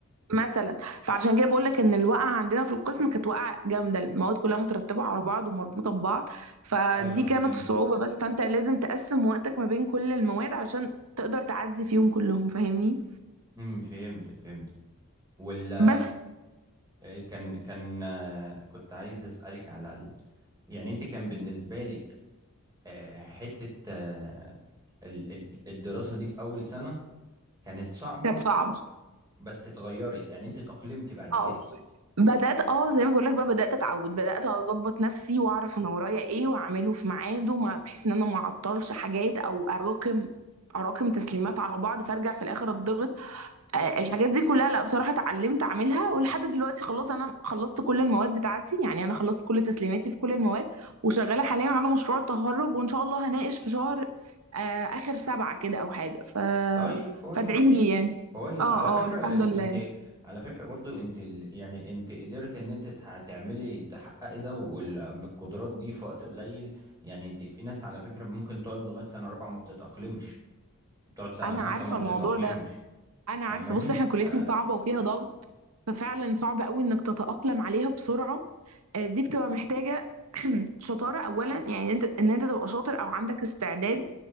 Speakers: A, on the right; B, on the right.
A: مثلا فعشان كده بقول لك ان الوقعه عندنا في القسم كانت وقعه جامده المواد كلها مترتبه على بعض ومربوطه ببعض فدي
B: أيوه
A: كانت
B: فهمت
A: الصعوبه بس فانت لازم تقسم وقتك ما بين كل المواد علشان تقدر تعدي فيهم كلهم فاهمني
B: امم فهمت فهمت ولا
A: بس
B: آه، كان كان آه، كنت عايز أسألك على ال... يعني أنت كان بالنسبة لك آه، حتة آه، ال- ال- الدراسة دي في أول سنة كانت صعبة
A: كانت صعبه
B: بس اتغيرت يعني أنت اتأقلمت بعد كده
A: اه بدات اه زي ما بقول لك بقى بدات اتعود بدات اظبط نفسي واعرف انا ورايا ايه واعمله في ميعاده ما بحيث ان انا ما اعطلش حاجات او اراكم اراكم تسليمات على بعض فارجع في الاخر اتضغط آه، الحاجات دي كلها لا بصراحة اتعلمت اعملها ولحد دلوقتي خلاص انا خلصت كل المواد بتاعتي يعني انا خلصت كل تسليماتي في كل المواد وشغالة حاليا على مشروع التخرج وان شاء الله هناقش في شهر آه، اخر سبعة كده او حاجة ف
B: طيب كويس
A: فادعي لي يعني
B: كويس
A: اه
B: على فكرة
A: اه الحمد
B: ال...
A: لله
B: انت على فكرة برضو انت ال... يعني انت قدرت ان انت تح... تعملي تحققي ده وال... بالقدرات دي في وقت قليل يعني انت في ناس على فكرة ممكن تقعد لغاية سنة رابعة ما بتتأقلمش تقعد سنة
A: انا
B: خمسة
A: عارفة
B: ما بتتأقلمش
A: الموضوع ده انا
B: فاهماني
A: عارفة بص احنا
B: ف...
A: كليتنا صعبة وفيها ضغط ففعلا صعب قوي انك تتأقلم عليها بسرعة آه، دي بتبقى محتاجة <clears throat> شطارة اولا يعني انت ان انت تبقى شاطر او عندك استعداد